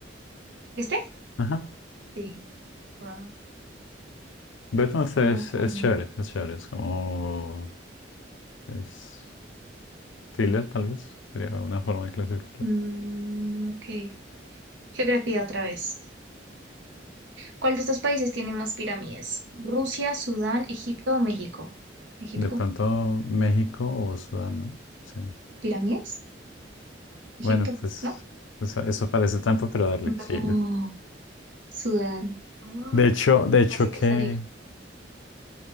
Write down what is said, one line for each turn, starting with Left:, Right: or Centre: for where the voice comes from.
Right: ¿Este?
Left: Ajá.
Right: Sí. Cua-
Left: Death Note
Right: cua-
Left: es,
Right: cua.
Left: es chévere, es chévere. Es como... Es thriller, tal vez. Sería una forma de clasificarlo.
Right: Mm, ok. Geografía otra vez. ¿Cuál de estos países tiene más pirámides? ¿Rusia, Sudán, Egipto o México? ¿Egipto?
Left: De pronto México o Sudán, ¿no? Sí.
Right: ¿Pirámides? ¿Egipto?
Left: Bueno, pues
Right: ¿No?
Left: eso, eso parece trampa, pero darle,
Right: No.
Left: sí.
Right: Sudán. Ah,
Left: De hecho, de hecho
Right: Así que
Left: que...
Right: salir,